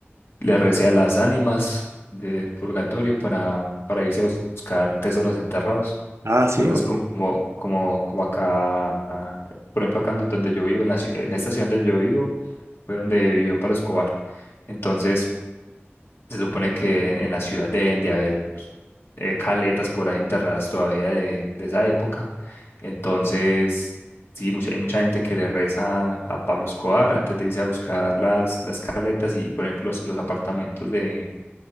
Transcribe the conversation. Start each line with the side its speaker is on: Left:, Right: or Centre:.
Left: le recé a las ánimas del purgatorio para, para irse a buscar tesoros enterrados.
Right: Ah, sí,
Left: Entonces,
Right: vale.
Left: como, como, como acá, ah, por ejemplo, acá en donde yo vivo, en la, ci- en esta ciudad donde yo vivo, fue donde vivió Pablo Escobar. Entonces, se supone que en la ciudad deben de haber eh, caletas por ahí enterradas todavía de, de esa época. Entonces, sí, mucha- hay mucha gente que le reza a Pablo Escobar antes de irse a buscar las, las caletas y, por ejemplo, los, los apartamentos de